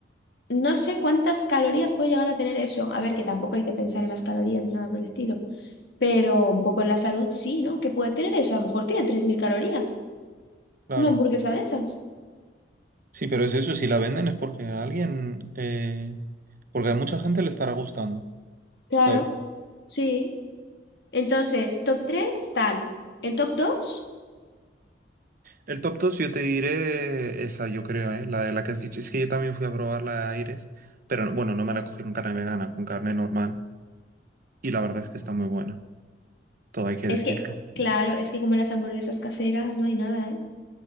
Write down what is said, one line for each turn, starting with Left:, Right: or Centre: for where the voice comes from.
Left: no sé cuántas calorías puede llegar a tener eso. A ver, que tampoco hay que pensar en las calorías ni nada por el estilo. Pero un poco en la salud sí, ¿no? ¿Qué puede tener eso? A lo mejor tiene tres mil calorías.
Right: Claro.
Left: Una hamburguesa de esas.
Right: Sí, pero es eso, si la venden es porque a alguien, eh, porque a mucha gente le estará gustando,
Left: Claro,
Right: ¿sabes?
Left: sí. Entonces, top 3 tal. El top dos
Right: El top dos yo te diré esa, yo creo, ¿eh? La de la que has dicho. Es que yo también fui a probar la de Aires, pero no, bueno, no me la cogí con carne vegana, con carne normal. Y la verdad es que está muy buena, todo hay que
Left: es
Right: decirlo.
Left: que, claro, es que como las hamburguesas caseras no hay nada, ¿eh?